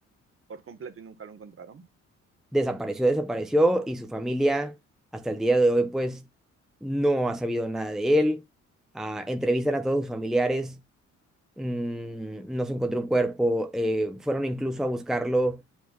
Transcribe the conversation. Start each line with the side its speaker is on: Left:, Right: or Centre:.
Right: por completo y nunca lo encontraron,
Centre: desapareció, desapareció y su familia hasta el día de hoy pues no ha sabido nada de él. Ah, entrevistan a todos sus familiares, mm, no se encontró un cuerpo, eh, fueron incluso a buscarlo